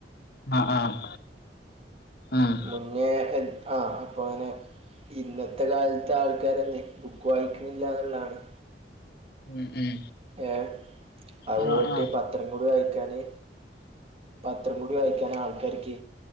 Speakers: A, on the left; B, on the right.
A: ആഹ് ആഹ് ആഹ്
B: മുന്നേ എ ആഹ് അപ്പോങ്ങനെ ഇന്നത്തെ കാലത്താൾക്കാരന്നെ ബുക്ക് വായിക്കണില്ല എന്നുള്ളണ്
A: ഉം ഉം
B: ഏഹ് അത്
A: ആ
B: പോയിട്ട്
A: ആ
B: പത്രംകൂടി വായിക്കാന് പത്രംകൂടി വായിക്കാൻ ആൾക്കാർക്ക്